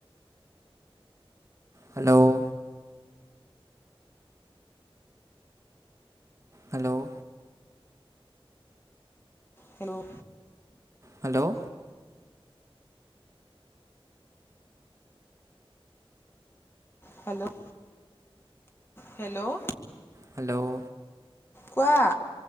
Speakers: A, on the right; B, on the left.
A: hello hello
B: hello
A: hello
B: hello hello
A: hello
B: কোৱা